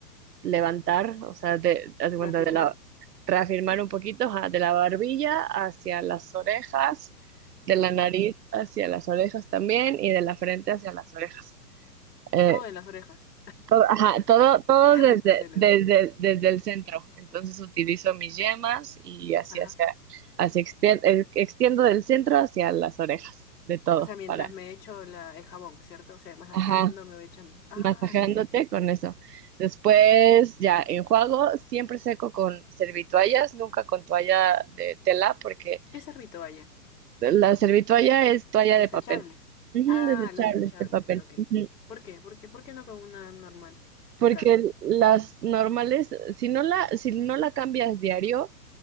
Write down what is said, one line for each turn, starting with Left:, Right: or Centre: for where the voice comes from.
Right: levantar, o sea, de, haz de cuenta
Left: ¿Reafirmar?
Right: de la, reafirmar un poquito, ajá, de la barbilla hacia las orejas, de la
Left: Ya.
Right: nariz hacia las orejas también y de la frente hacia las orejas. Eh,
Left: Todo en las orejas.
Right: todo, ajá, todo, todo
Left: <laughs>
Right: desde,
Left: Hacia la
Right: desde,
Left: oreja.
Right: desde el centro. Entonces utilizo mis yemas y así
Left: Ajá.
Right: hacia, hacia extien- eh, extiendo del centro hacia las orejas, de todo,
Left: O sea, mientras
Right: para,
Left: me echo la, el jabón, ¿cierto? O sea, masajeando
Right: ajá,
Left: me voy echando. Ah,
Right: masajeándote
Left: mira.
Right: con eso. Después ya enjuago, siempre seco con servitoallas, nunca con toalla de tela, porque
Left: ¿Qué servito vaya?
Right: la servitoalla es toalla
Left: Desechables.
Right: de papel. Ujú,
Left: Ah,
Right: desechable
Left: los desechables.
Right: de papel.
Left: Ok.
Right: Ujú.
Left: ¿Por qué? ¿Por qué? ¿Por qué no con una normal de
Right: Porque
Left: cara?
Right: las normales, si no la, si no la cambias diario,